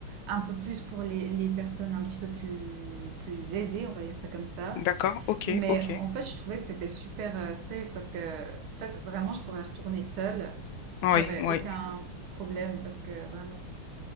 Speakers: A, on the right (about 80°); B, on the left (about 75°).
A: un peu plus pour les, les personnes un petit peu plus, plus aisées, on va dire ça comme ça.
B: d'accord, ok,
A: Mais
B: ok.
A: en fait, je trouvais que c'était super euh, safe parce que, en fait, vraiment, je pourrais retourner seule.
B: Oui,
A: J'aurais
B: oui,
A: aucun problème parce que vraiment,